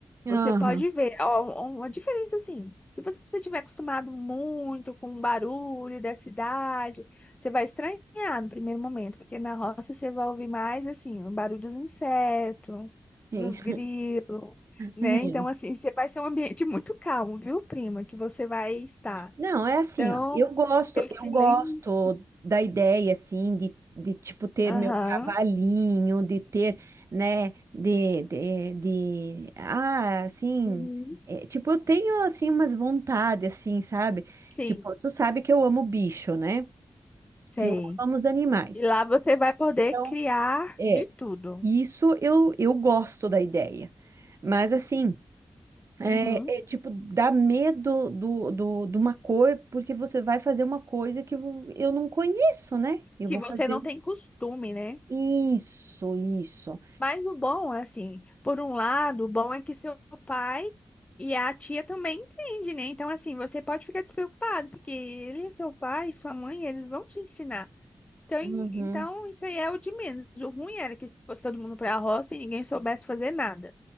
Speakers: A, on the right; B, on the left.
A: Aham.
B: Você pode ver, ó, um- uma diferença assim. Se você estiver acostumado muito com o barulho da cidade, você vai estranhar no primeiro momento, porque na roça você vai ouvir mais assim, o barulho dos insetos,
A: <laughs>
B: dos grilos, né?
A: É.
B: Então, assim, você vai ser um ambiente <laughs> muito calmo, viu, prima, que você vai estar.
A: Não, é assim,
B: Então,
A: ó. Eu gosto,
B: aquele silêncio.
A: eu gosto da ideia assim de, de tipo ter
B: Aham.
A: meu cavalinho, de ter, né, de, de, de ah, assim,
B: Uhum.
A: é, tipo, eu tenho assim umas vontades assim, sabe?
B: Sim,
A: Tipo, tu sabe que eu amo bicho, né?
B: sei.
A: Eu amo os animais.
B: E lá você vai poder
A: Então,
B: criar
A: é,
B: de tudo.
A: isso eu eu gosto da ideia. Mas assim, É,
B: Uhum.
A: é, tipo, dá medo do, do, de uma cor, porque você vai fazer uma coisa que eu eu não conheço, né? Eu
B: Que
A: vou
B: você
A: fazer
B: não
A: um,
B: tem costume, né?
A: isso, isso.
B: Mas o bom, é assim, por um lado, o bom é que seu pai e a tia também entendem, né? Então, assim, você pode ficar despreocupado, porque ele, é seu pai, sua mãe, eles vão te ensinar. Então,
A: Uhum,
B: em- então, isso aí é o de menos. O ruim era que se fosse todo mundo para a roça e ninguém soubesse fazer nada.